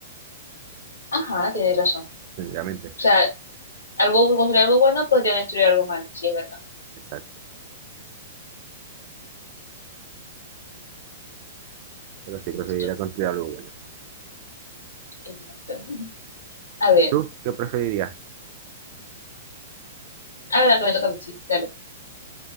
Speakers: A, on the left; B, on the right.
A: ajá, tienes razón. O
B: sencillamente.
A: sea, algo, construir algo bueno podría destruir algo malo, sí, es verdad.
B: Exacto. Pero sí preferiría
A: Listo,
B: construir algo bueno.
A: exacto. <laughs> A ver,
B: ¿Tú qué preferirías?
A: ahora que me toca a mí, sí, dale.